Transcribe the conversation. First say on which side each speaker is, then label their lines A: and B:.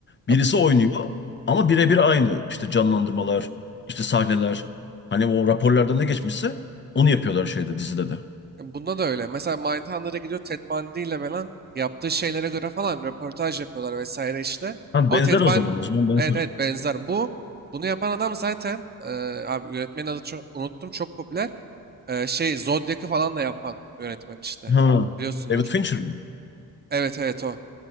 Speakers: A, on the right; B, on the left.
A: Ya,
B: Birisi oynuyor ama birebir aynı. İşte canlandırmalar, işte sahneler. Hani o raporlarda ne geçmişse onu yapıyorlar şeyde, dizide de.
A: E, Bunda da öyle. Mesela Mindhunter'a gidiyor Ted Bundy ile falan yaptığı şeylere göre falan röportaj yapıyorlar vesaire işte.
B: Ha, benzer
A: Ama Ted Bundy
B: o zaman. O zaman benzer.
A: evet evet benzer. Bu bunu yapan adam zaten e, abi yönetmenin adı çok, unuttum çok popüler. E, şey Zodiac'ı falan da yapan yönetmen işte.
B: Ha.
A: Biliyorsundur.
B: David Fincher mi?
A: Evet evet o.